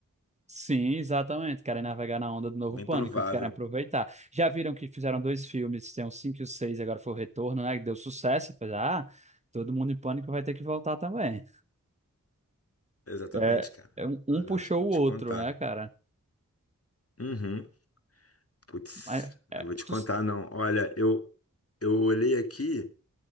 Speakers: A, on the right; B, on the left.
A: Sim, exatamente. Querem navegar na onda do novo
B: Bem
A: Pânico,
B: provável.
A: querem aproveitar. Já viram que fizeram dois filmes, tem o 5 e o 6. agora foi o Retorno, né? Que deu sucesso. e fez, Ah, Todo Mundo em Pânico vai ter que voltar também.
B: Exatamente,
A: É,
B: cara.
A: é um um
B: Olha,
A: puxou
B: só vou
A: o
B: te
A: outro,
B: contar.
A: né, cara?
B: Uhum. Putz,
A: Mas é,
B: eu vou te
A: tu-
B: contar, não. Olha, eu, eu olhei aqui